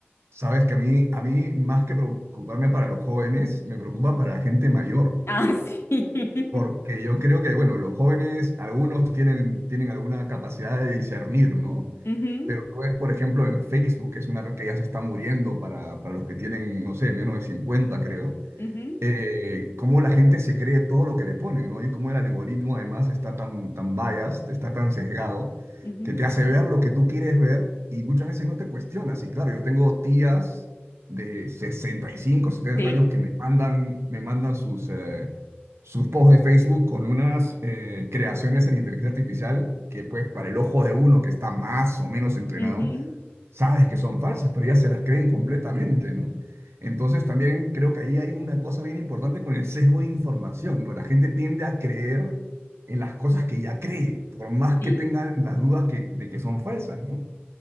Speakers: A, on the right (about 80°); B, on the left (about 70°).
A: Sabes que a mí, a mí, más que preocuparme para los jóvenes, me preocupa
B: Ujú.
A: para la gente mayor,
B: Ah, sí. <laughs>
A: porque yo creo que, bueno, los jóvenes, algunos tienen, tienen alguna capacidad de discernir, ¿no?
B: Ujú,
A: Pero tú ves, por ejemplo, en Facebook, que es una red que ya se está muriendo para, para los que tienen, no sé, menos de cincuenta creo
B: ujú,
A: eh, cómo la gente se cree todo lo que le ponen, ¿no? Y cómo el algoritmo además está tan, tan biased, está tan sesgado,
B: ujú.
A: que te hace ver lo que tú quieres ver y muchas veces no te cuestionas. Y claro, yo tengo tías de sesenta y cinco, setenta
B: Sí.
A: años que me mandan, me mandan sus, eh, sus posts de Facebook con unas eh, creaciones en inteligencia artificial que pues para el ojo de uno que está más o menos entrenado,
B: Ujú,
A: sabes que son falsas, pero ya se las creen completamente, ¿no? Entonces también creo que ahí hay una cosa bien importante con el sesgo de información, ¿no? La gente tiende a creer en las cosas que ya cree, por más
B: Sí.
A: que tengan las dudas que, de que son falsas, ¿no?